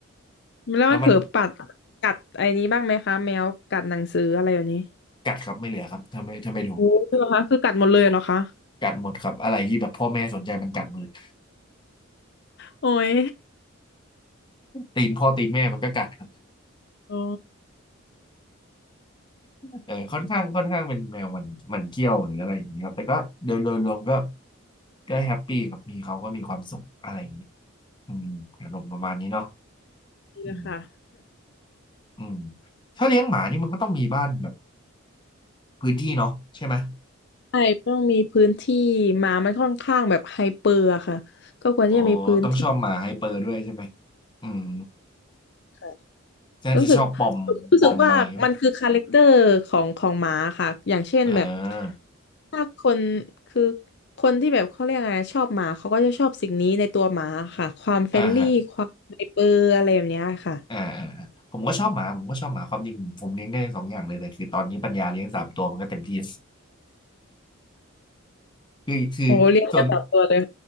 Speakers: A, on the left; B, on the left.
A: แล้วมันเผลอปัดกัดไอ้นี้บ้างไหมคะแมวกัดหนังสืออะไรอย่างนี้
B: แล้วมัน กัดครับไม่เหลือครับถ้าไม่ถ้าไม่ดู
A: โอ้ใช่เหรอคะคือกัดหมดเลยเหรอคะ
B: กัดหมดครับอะไรที่แบบพ่อแม่สนใจมันกัดหมดเลย
A: โอ้ย
B: ตีนพ่อตีนแม่มันก็กัดครับ
A: อ๋อ
B: เออค่อนข้างค่อนข้างเป็นแมวมันมันเกี้ยวหรืออะไรอย่างเงี้ยครับแต่ก็โดยโดยรวมก็ก็แฮปปี้ครับมีเขาก็มีความสุขอะไรอย่างงี้อืมอารมณ์ประมาณนี้เนาะ
A: ดีละค่ะ
B: อืมอืมถ้าเลี้ยงหมานี่มันก็ต้องมีบ้านแบบพื้นที่เนาะใช่ไหม
A: ใช่ต้องมีพื้นที่หมามันค่อนข้างแบบไฮเปอร์อะค่ะก็ควรที่จะมีพื้นที่
B: อ๋อต้องชอบหมาไฮเปอร์ด้วยใช่ไหมอืม
A: ค่ะ
B: น่าจะชอบปอมปอมอะไรอย่างเงี้ยป่ะ
A: รู้สึกรู้สึกว่ามันคือคาแรคเตอร์ของของหมาค่ะอย่างเช่นแบบ
B: เออ
A: ถ้าคนคือคนที่แบบเขาเรียกอะไงชอบหมาเขาก็จะชอบสิ่งนี้ในตัวหมาค่ะความเฟรนลี่ความไฮเปอร์อะไรแบบเนี้ยค่ะ
B: อ่าฮะ อ่าอ่าอ่าผมก็ชอบหมาผมก็ชอบหมาความจริงผมเลี้ยงได้สองอย่างเลยแต่คือตอนนี้ปัญญาเลี้ยงสามตัวมันก็เต็มที่คือคือส่วน
A: โอ้เลียงแค่สามตัวเลย